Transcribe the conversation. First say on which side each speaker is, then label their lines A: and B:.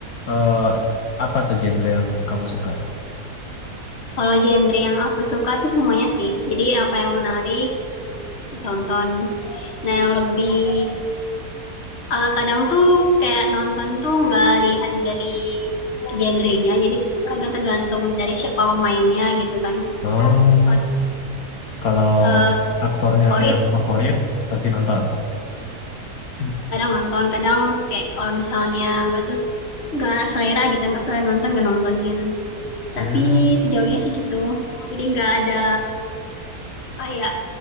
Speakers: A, on the left (about 70°); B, on the left (about 45°).
A: eh, apa tuh genre yang kamu suka?
B: Kalau genre yang aku suka tuh semuanya sih. Jadi apa yang menarik ditonton. Nah yang lebih eh, kadang tuh kayak nonton tuh nggak lihat dari genrenya. Jadi kadang tergantung dari siapa pemainnya gitu kan.
A: Oh,
B: Kalau,
A: kalau
B: eh,
A: aktornya
B: favorit
A: yang favorit pasti nonton. <clears throat>
B: kadang nonton, kadang kayak kalau misalnya nggak sus nggak selera gitu, nggak selera nonton nggak nontonin. Tapi
A: Hmm,
B: sejauhnya sih gitu. Jadi nggak ada kayak